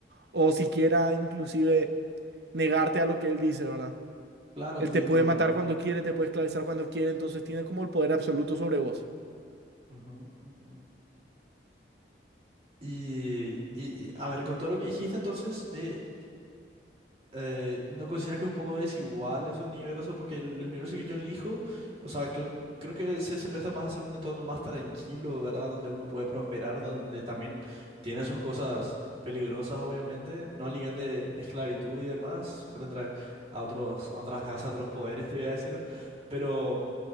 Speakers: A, on the right (about 70°); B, on the right (about 35°).
A: O siquiera inclusive negarte a lo que él dice, ¿verdad?
B: Claro, entiendo.
A: Él te puede matar cuando quiere, te puede esclavizar cuando quiere, entonces tiene como el poder absoluto sobre vos.
B: Ujú, ujú. Y, y- y, a ver, con todo lo que dijiste, entonces, eh, eh, ¿no consideras que es un poco desigual ese universo? Porque el universo que yo elijo, o sea, creo, creo que se, se presta más a ser un entorno más tranquilo, ¿verdad? Donde uno puede prosperar, donde también tiene sus cosas peligrosas, obviamente, no al nivel de esclavitud y demás, frente a, a otros, a otras casas, a otros poderes, te voy a decir. Pero,